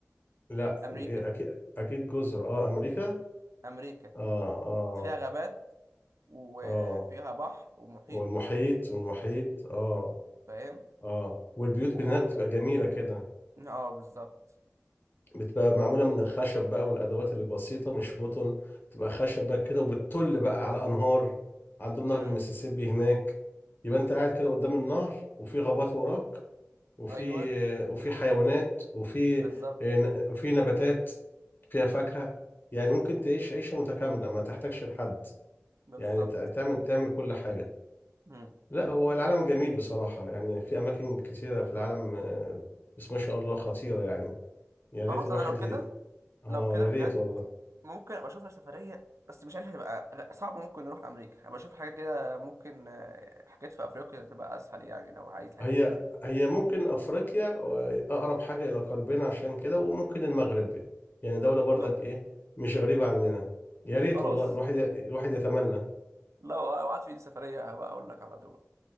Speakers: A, on the left (about 45°); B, on the right (about 75°).
A: لا
B: امريكا
A: اكيد اكيد جزر اه امريكا
B: امريكا
A: اه اه
B: فيها غابات وفيها
A: اه
B: بحر ومحيط
A: والمحيط والمحيط اه
B: فاهم
A: اه والبيوت
B: و
A: هناك بتبقى جميله كده
B: اه بالظبط
A: بتبقى معموله من الخشب بقى والادوات اللي بسيطه مش بطن بتبقى خشب بقى كده وبتطل بقى على انهار عندهم نهر
B: امم
A: المسيسيبي هناك يبقى انت قاعد كده قدام النهر وفي غابات وراك وفي
B: ايوه
A: وفي حيوانات وفي
B: بالظبط
A: وفي نباتات فيها فاكهة
B: امم
A: يعني ممكن تعيش عيشة متكاملة ما تحتاجش لحد
B: ده بالظبط
A: يعني ت- تعمل تعمل كل حاجة
B: امم
A: لا هو العالم جميل بصراحة يعني في أماكن كثيرة في العالم آه، بس ما شاء الله خطيرة يعني يا ريت
B: خلاص
A: الواحد
B: انا لو كده
A: ي... آه
B: لو كده
A: يا ريت
B: بجد
A: والله
B: ممكن ابقى اشوف لي سفرية بس مش عارف هتبقى غ- صعبة ممكن نروح امريكا ابقى اشوف حاجات كده ممكن آه، حاجات في افريقيا تبقى اسهل يعني لو عايز حاجات
A: هي
B: شبه دي
A: هي ممكن أفريقيا آه، أقرب حاجة إلى قلبنا عشان كده وممكن المغرب يعني دولة برضك
B: ممكن
A: إيه مش غريبة عننا يا ريت
B: خلاص
A: والله الواحد ي... الواحد يتمنى
B: لو وقعت في ايدي سفرية هبقى اقول لك على طول